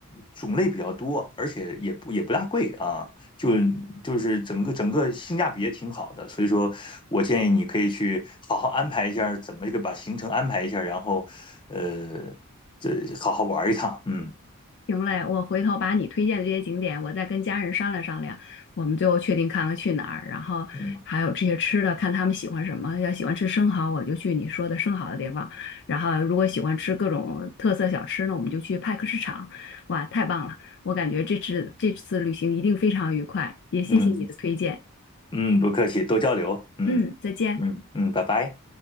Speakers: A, on the left (about 20°); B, on the left (about 50°).
A: 种类比较多，而且也不也不大贵啊，就就是整个整个性价比也挺好的，所以说我建议你可以去好好安排一下怎么一个把行程安排一下然后呃，这好好玩一趟，嗯
B: 行嘞，我回头把你推荐的这些景点，我再跟家人商量商量，我们最后确定看看去哪儿，然后还有这些吃的，
A: 嗯
B: 看他们喜欢什么。要喜欢吃生蚝，我就去你说的生蚝的地方；然后如果喜欢吃各种特色小吃呢，我们就去派克市场。哇，太棒了！我感觉这次这次旅行一定非常愉快，也谢谢你的推荐。
A: 嗯嗯，不客气，多交流，嗯
B: 嗯，再见。
A: 嗯嗯，拜拜。